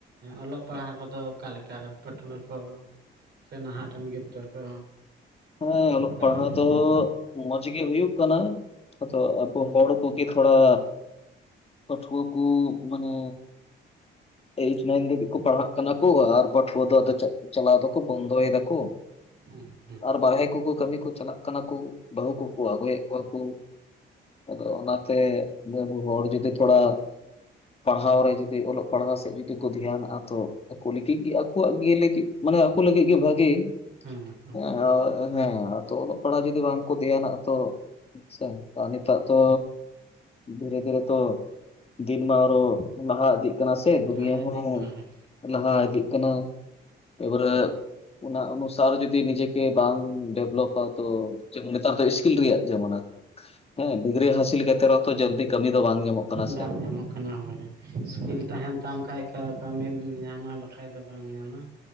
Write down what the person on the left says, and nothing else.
ᱦᱮᱸ ᱚᱞᱚᱜ
ᱯᱟᱲᱦᱟᱣ
ᱫᱚ
ᱢᱚᱸᱡᱽ ᱜᱮ ᱦᱩᱭᱩᱜ ᱠᱟᱱᱟ, ᱟᱫᱚ ᱟᱵᱚ ᱦᱚᱲ ᱠᱚᱜᱮ ᱛᱷᱚᱲᱟ ᱯᱟᱹᱴᱷᱣᱟᱹᱠᱚ ᱠᱚ ᱢᱟᱱᱮ ᱮᱭᱴ ᱱᱟᱭᱤᱱ ᱫᱷᱟᱹᱵᱤᱡ ᱠᱚ ᱯᱟᱲᱦᱟᱜ ᱠᱟᱱᱟ ᱠᱚ ᱟᱨ ᱯᱟᱹᱴᱷᱣᱟᱹ ᱫᱚ ᱟᱫᱚ ᱪᱮᱫ ᱪᱟᱞᱟᱣ ᱫᱚᱠᱚ ᱵᱚᱱᱫᱚᱭ ᱫᱟᱠᱚ ᱾
ᱟᱨ ᱵᱟᱨᱦᱮ ᱠᱚᱠᱚ ᱠᱟᱹᱢᱤ ᱠᱚ ᱪᱟᱞᱟᱜ ᱠᱟᱱᱟ ᱠᱩ ᱵᱟᱹᱦᱩ ᱠᱚᱠᱚ ᱟᱹᱜᱩᱭᱮᱫ ᱠᱚᱣᱟ ᱠᱚ ᱾ ᱟᱫᱚ ᱚᱱᱟ ᱛᱮ ᱟᱵᱩ ᱦᱚᱲ ᱡᱩᱫᱤ ᱛᱷᱚᱲᱟ ᱯᱟᱲᱦᱟᱣ ᱨᱮ ᱡᱩᱫᱤ ᱚᱞᱚᱜ ᱯᱟᱲᱦᱟᱣ ᱥᱮᱫ ᱡᱩᱫᱤ ᱠᱚ ᱫᱷᱮᱭᱱᱟᱜ-ᱟ ᱛᱚ ᱟᱠᱚ ᱞᱟᱹᱜᱤᱫ ᱜᱮ ᱟᱠᱚᱣᱟᱜ ᱜᱮ ᱞᱟᱹᱜᱤᱫ ᱢᱟᱱᱮ ᱟᱠᱚ ᱞᱟᱹᱜᱤᱫ ᱜᱮ ᱵᱷᱟᱜᱮ ᱾
ᱟᱸ ᱦᱮᱸ ᱛᱚ ᱚᱞᱚᱜ ᱯᱟᱲᱦᱟᱜ ᱡᱩᱚᱫᱤ ᱵᱟᱝ ᱠᱚ ᱫᱷᱮᱭᱟᱱᱟᱜ-ᱟ ᱛᱚ ᱟᱪᱪᱷᱟ, ᱱᱤᱛᱟᱜ ᱫᱚ ᱫᱷᱤᱨᱮ ᱫᱷᱤᱨᱮ ᱛᱚ ᱫᱤᱱ ᱢᱟ ᱟᱨᱚ ᱞᱟᱦᱟ ᱤᱫᱤᱜ ᱠᱟᱱᱟ ᱥᱮ ᱫᱩᱱᱭᱟᱹ
ᱦᱚᱸ
ᱞᱟᱦᱟ ᱤᱫᱤᱜ ᱠᱟᱱᱟ, ᱮᱵᱟᱨᱮ ᱚᱱᱟ ᱚᱱᱩᱥᱟᱨ ᱡᱩᱫᱤ ᱱᱤᱡᱮ ᱛᱮ ᱵᱟᱝ ᱰᱮᱵᱷᱞᱚᱯᱟ ᱛᱚ ᱪᱮᱫ ᱱᱮᱛᱟᱨ ᱫᱚ ᱤᱥᱠᱤᱞ ᱨᱮᱭᱟᱜ ᱡᱟᱢᱟᱱᱟ ᱾ ᱦᱮᱸ ᱰᱤᱜᱽᱨᱤ ᱦᱟᱹᱥᱤᱞ ᱠᱟᱛᱮ ᱨᱮᱦᱚᱸ ᱛᱚ ᱡᱟᱹᱞᱫᱤ ᱠᱟᱹᱢᱤ ᱫᱚ ᱵᱟᱝ ᱧᱟᱢᱚᱜ ᱠᱟᱱᱟ‌᱾